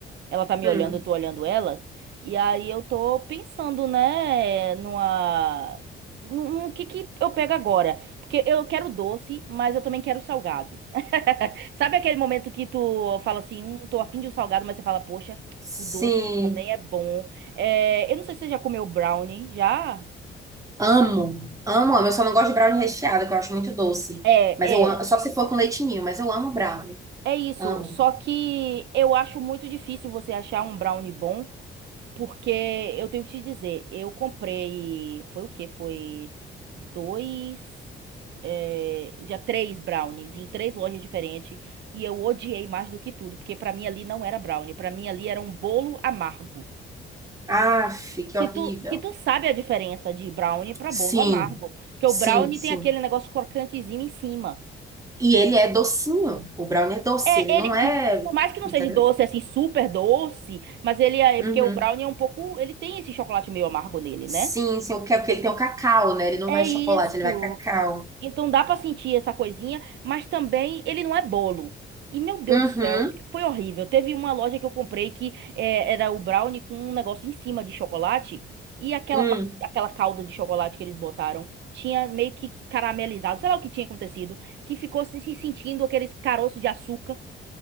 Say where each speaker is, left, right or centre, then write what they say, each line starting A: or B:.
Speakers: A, on the right; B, on the right.
A: Ela tá me
B: Hum.
A: olhando, eu tô olhando elas. E aí eu tô pensando, né, numa. No, no que que eu pego agora? Porque eu quero doce, mas eu também quero salgado. Sabe aquele momento que tu fala assim, hum, tô afim de um salgado, mas você fala, poxa,
B: Sim,
A: o doce também é bom. É, eu não sei se você já comeu brownie, já?
B: amo, amo, amo. Eu só não gosto de brownie recheado, que eu acho muito doce.
A: É,
B: Mas
A: é.
B: eu amo, só se for com leitinho, mas eu amo brownie,
A: É isso.
B: amo.
A: Só que eu acho muito difícil você achar um brownie bom. Porque eu tenho que te dizer, eu comprei, foi o quê? Foi dois, eh, já três brownies em três lojas diferentes e eu odiei mais do que tudo, porque pra mim ali não era brownie, pra mim ali era um bolo amargo.
B: Aff, que
A: Que
B: horrível.
A: tu, que tu sabe a diferença de brownie pra
B: Sim,
A: bolo amargo, porque o
B: sim,
A: brownie
B: sim.
A: tem aquele negócio crocantezinho em cima.
B: E ele é docinho. O brownie é doce,
A: É,
B: ele
A: ele,
B: não é.
A: por mais que não
B: Entendeu?
A: seja doce, assim, super doce, mas ele é,
B: Uhum.
A: porque o brownie é um pouco, ele tem esse chocolate meio amargo nele,
B: Sim,
A: né?
B: sim, o que é porque ele tem o cacau, né? Ele não
A: É
B: vai
A: isso.
B: chocolate, ele vai cacau.
A: Então dá pra sentir essa coisinha, mas também ele não é bolo. E meu Deus
B: Uhum.
A: do céu, foi horrível. Teve uma loja que eu comprei que é, era o brownie com um negócio em cima de chocolate e aquela
B: Hum.
A: pa- aquela calda de chocolate que eles botaram tinha meio que caramelizado, sei lá o que tinha acontecido, que ficou se se sentindo aqueles caroços de açúcar.